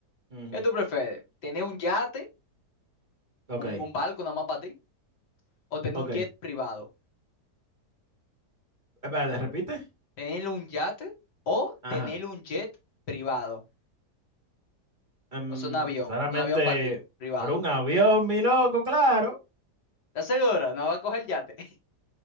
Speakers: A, on the right (about 30°); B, on the left (about 90°).
A: Ujú,
B: ¿Qué tú prefieres? ¿Tener un yate,
A: Ok,
B: un, un barco nada más para ti? ¿O tener
A: ok.
B: un jet privado?
A: Espérate, repite.
B: ¿Tener un yate o
A: Ajá.
B: tener un jet privado?
A: Em,
B: O sea, un avión,
A: claramente,
B: un avión para ti, privado.
A: pero un avión, mi loco, claro.
B: ¿Estás seguro? No va a coger yate. <laughs>